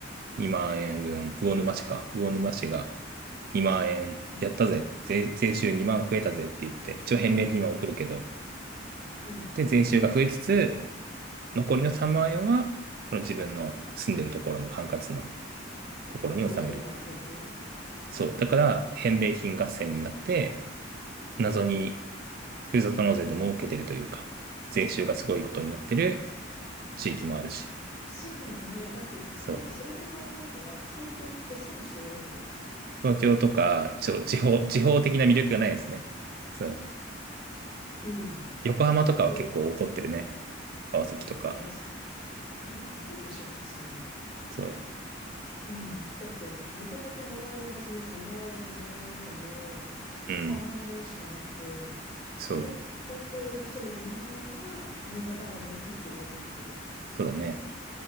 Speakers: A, on the left (about 35°); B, on the right (about 50°).
A: うん、
B: 2万円分、魚沼市か、魚沼市が2万円やったぜ、
A: うん、
B: 税、税収2万増えたぜって言って、一応返礼品は送るけど、
A: うん。
B: で、税収が増えつつ、
A: うん。
B: 残りの3万円は、その自分の住んでるところの管轄のところに納める。
A: なんか東京なら東京
B: そう。だから、返礼品合戦になって、謎にふるさと納税で儲けてるというか、税収がすごいことになってる地域もあるし。
A: そうだよね。だって、
B: そう。
A: だってそれで考えたら、東京って損してるわけじゃない
B: 東京とか、ちょ、地方、地方的な魅力がないですね。そう。
A: うん。
B: 横浜とかは結構怒ってるね。
A: で、
B: 川崎とか。
A: えーそれ怒るでしょ、普通に。
B: そ
A: うん。だって、もともともらえるはずの5万円がもらえないで、
B: う。
A: 3万円しかなくて、
B: うん。そう。
A: で、本当のその2万円は新潟が持ってってるわけでしょ
B: そうだね。